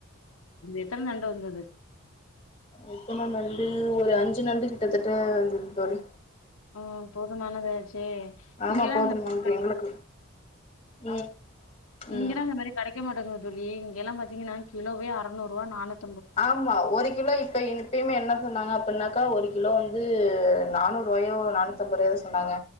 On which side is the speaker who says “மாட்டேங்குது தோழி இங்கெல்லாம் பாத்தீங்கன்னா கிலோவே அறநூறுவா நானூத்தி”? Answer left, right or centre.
Left